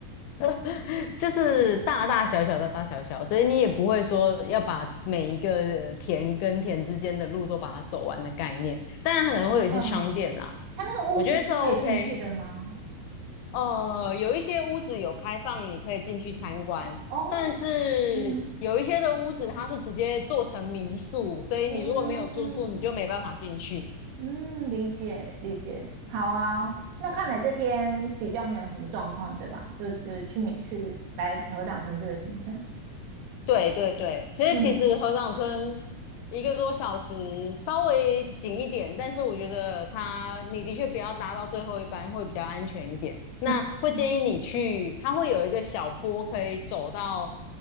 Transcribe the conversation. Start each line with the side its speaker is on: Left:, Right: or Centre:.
Left: <laughs> 就是大大小小大大小小，所以你也不会说要把每一个田跟田之间的路都把它走完的概念。当然，它可能会有一些商店啦，
Right: 嗯，它那个屋子是可以进去的吗？
Left: 我觉得是 OK。呃，有一些屋子有开放，你可以进去参观，
Right: 哦，
Left: 但是有一些的屋子它是直接做成民宿，
Right: 嗯，
Left: 所以你如果没有住宿，
Right: 嗯
Left: 你就没办法进去。
Right: 嗯，理解理解，好啊。那看来这天比较没有什么状况，对吧？就只去米去白合掌村这个行程。
Left: 对对对，其实其实河长村
Right: 嗯
Left: 一个多小时稍微紧一点，但是我觉得它你的确不要搭到最后一班会比较安全一点。那会建议你去，
Right: 嗯，
Left: 它会有一个小坡可以走到